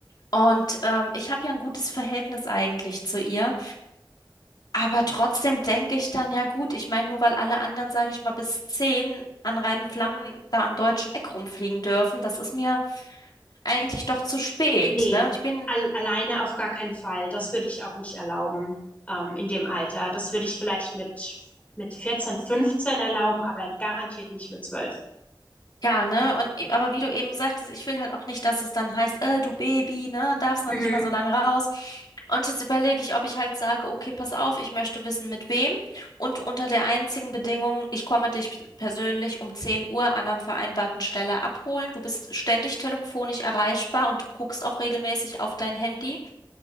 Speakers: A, on the left; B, on the left.
A: Und ähm, ich habe ja ein gutes Verhältnis eigentlich zu ihr. Aber trotzdem denke ich dann, ja gut, ich meine, nur weil alle anderen, sage ich mal, bis zehn an reinen Flammen da am deutschen Eck rumfliegen dürfen, das ist mir eigentlich doch zu spät,
B: Nee,
A: ne? Und ich bin
B: al alleine auf gar keinen Fall. Das würde ich auch nicht erlauben, ähm, in dem Alter. Das würde ich vielleicht mit, mit 14, 15 erlauben, aber garantiert nicht mit 12.
A: Ja, ne? Und e- aber wie du eben sagtest, ich will halt auch nicht, dass es dann heißt, äh, du Baby, ne, darfst noch
B: Mhm.
A: nicht mal so lange raus. Und jetzt überlege ich, ob ich halt sage, okay, pass auf, ich möchte wissen, mit wem. Und unter der einzigen Bedingung, ich komme dich persönlich um 10 Uhr an einer vereinbarten Stelle abholen. Du bist ständig telefonisch erreichbar und guckst auch regelmäßig auf dein Handy.